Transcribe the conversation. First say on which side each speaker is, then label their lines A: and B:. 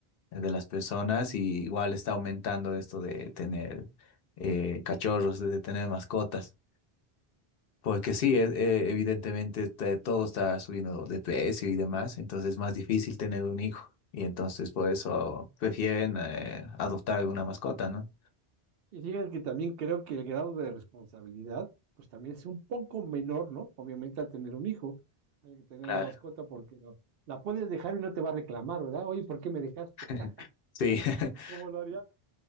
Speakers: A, on the left; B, on the right.
A: de las personas y igual está aumentando esto de tener eh, cachorros, de tener mascotas, porque sí, e- e- evidentemente te- todo está subiendo de precio y demás, entonces es más difícil tener un hijo y entonces por eso prefieren eh, adoptar una mascota, ¿no?
B: Y fíjate que también creo que el grado de responsabilidad, pues también es un poco menor, ¿no? Obviamente al tener un hijo, hay que tener
A: Claro.
B: una mascota porque lo- la puedes dejar y no te va a reclamar, ¿verdad? Oye, ¿por qué me dejaste?
A: <laughs> Sí,
B: <laughs>
A: <laughs>
B: Como lo haría,